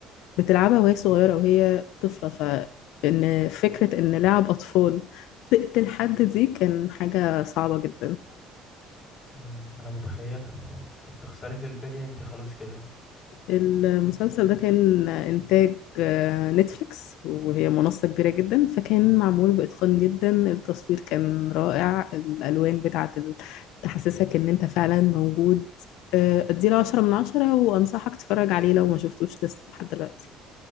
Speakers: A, on the left; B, on the left.
A: بتلعبها وهي صغيرة وهي طفلة فان فكرة ان لعب اطفال تقتل حد دي كان حاجة صعبة جدا
B: أمم، انا متخيلها ت- تخسري في البلي انت خلاص كده
A: المسلسل ده كان إنتاج آه، نتفليكس وهي منصة كبيرة جدا فكان معمول بإتقان جدا التصوير كان رائع الألوان بتاعة ال- تحسسك إن أنت فعلا موجود آه، أديله عشرة من عشرة وأنصحك تتفرج عليه لو ما شفتوش لسه لحد دلوقتي